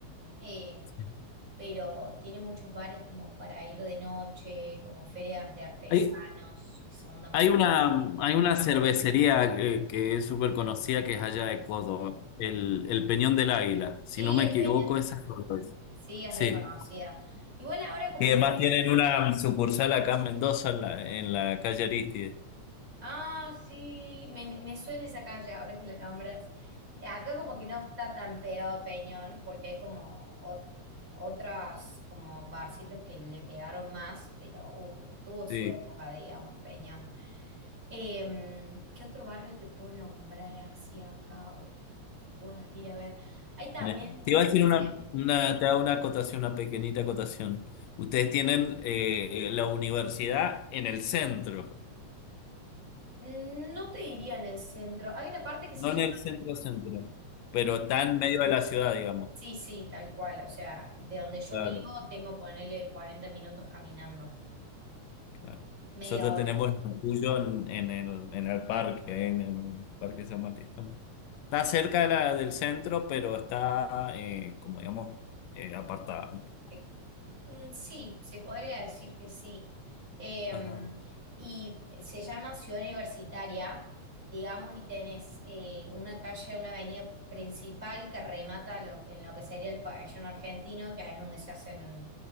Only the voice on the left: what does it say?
Sí.
Hay,
Hay una,
hay una cervecería que, que es súper conocida que es allá de Córdoba, el, el Peñón del Águila. Si
no me
equivoco,
esa es cerveza.
Sí.
Y además
tienen una sucursal acá en Mendoza, en la, en la calle Aristide.
Sí.
Tiene-
Te iba
a decir una, una, te hago una acotación, una pequeñita acotación. Ustedes tienen eh, la universidad en el centro,
no
en el centro centro, pero está en medio de la ciudad, digamos.
Claro.
Claro.
Nosotros
tenemos
el tuyo en, en el, en el parque, ¿eh? en el Parque San Martín. Está cerca de la, del centro, pero está, eh, como digamos, eh, apartada. un poco.
Ajá.